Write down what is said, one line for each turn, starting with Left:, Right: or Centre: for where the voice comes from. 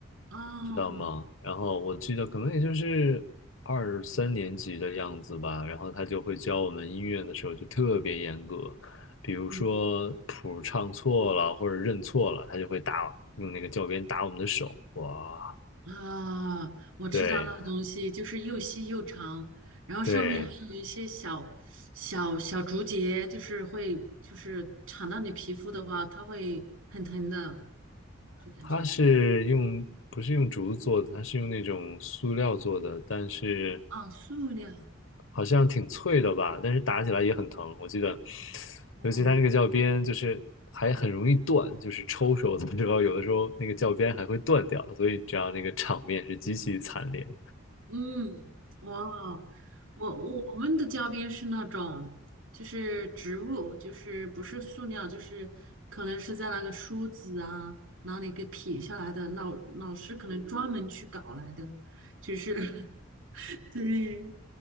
Right: 哦，
Left: 知道吗？然后我记得可能也就是二三年级的样子吧，然后他就会教我们音乐的时候就特别严格，比如说谱唱错了或者认错了，
Right: 嗯
Left: 他就会打，用那个教鞭打我们的手，哇，
Right: 啊，我知道那东西就是又细又长，
Left: 对
Right: 然后上面还有一些小小小竹节，
Left: 对。
Right: 就是会就是缠到你皮肤的话，它会很疼的，就感觉
Left: 它是用，不是用竹子做的，它是用那种塑料做的，但是
Right: 啊，塑料，
Left: 好像挺脆的吧，但是打起来也很疼。我记得，
Right: 哦，
Left: 尤其它那个教鞭，就是还很容易断，就是抽手的时候，有的时候那个教鞭还会断掉，所以你知道那个场面是极其惨烈的
Right: 嗯，哇，我我们的教鞭是那种，就是植物，就是不是塑料，就是可能是在那个梳子啊哪里给撇下来的，老老师可能专门去搞来的，就是 <laughs>。<laughs> 对，